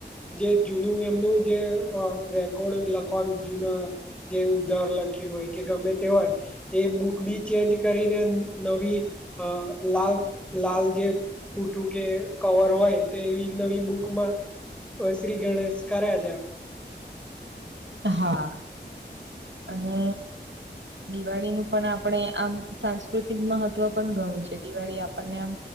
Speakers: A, in the centre; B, on the right.
A: જે જૂનું એમનું જે રેકોર્ડ લખવાનું જૂના જે ઉધાર લખ્યું હોય કે ગમે તે હોય. એ બુક બી ચેન્જ કરીને નવી લાલ લાલ જે. પુંઠું કે કવર હોય તે એવી નવી બુક ઉપર શ્રી ગણેશ કર્યા તયા.
B: હા અને દિવાળી નું પણ આપણેે આમ સાંસ્કૃતિક મહત્વ પણ ગણું છે. દિવાળી આપણને આમ,